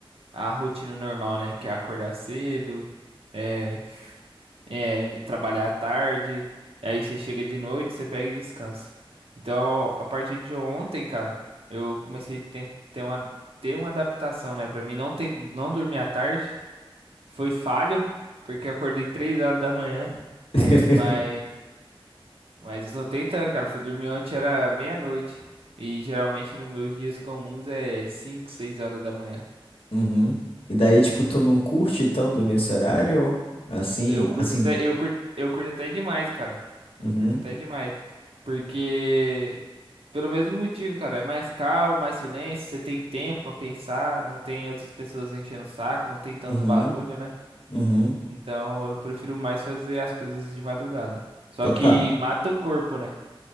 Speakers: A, on the right; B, on the left.
A: a rotina normal, né? Que é acordar cedo, é, é, trabalhar à tarde, aí você chega de noite, você pega e descansa. Então, a partir de ontem, cara, eu comecei a ten- ter uma, ter uma adaptação, né? Pra mim, não, ter, não dormir à tarde foi falho, porque eu acordei 3 horas da manhã,
B: <laughs>
A: mas, mas eu tô tentando, cara. Fui dormir ontem, era meia-noite, e geralmente nos meus dias comuns é 5 6 horas da manhã.
B: Uhum. E daí, tipo, tu não curte, então, dormir esse horário? Assim,
A: Eu curto,
B: assim,
A: até- eu curto, eu curto até demais, cara.
B: uhum,
A: Eu curto até demais. Porque, pelo mesmo motivo, cara, é mais calmo, mais silêncio, você tem tempo pra pensar, não tem outras pessoas enchendo o saco, não tem tanto
B: uhum,
A: barulho, né?
B: uhum.
A: Então eu prefiro mais fazer as coisas de madrugada. Só
B: Total.
A: que mata o corpo, né?